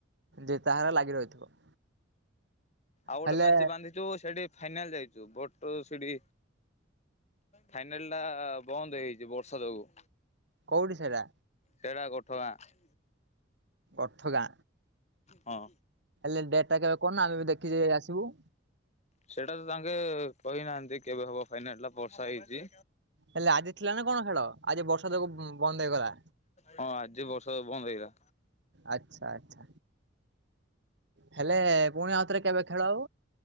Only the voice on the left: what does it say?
ଆଉ ଗୋଟେ
ମ୍ୟାଚ ବାନ୍ଧିଛୁ ସେଠି ଫାଇନାଲ ଯାଇଛୁ। ଭୋଟ ସିଡି ଫାଇନାଲ ଟା ବନ୍ଦ ହେଇଯାଇଛି ବର୍ଷା ଯୋଗୁ।
ସେରା ଗୋଠ ଗାଁ।
ହଁ।
ସେଇଟା ତ ତାଙ୍କେ କହିନାହାନ୍ତି କେବେ ହବ ଫାଇନାଲ ଟା ବର୍ଷା ହେଇଛି।
ହଁ ଆଜି ବର୍ଷା ବନ୍ଦ୍ ହେଇଗଲା।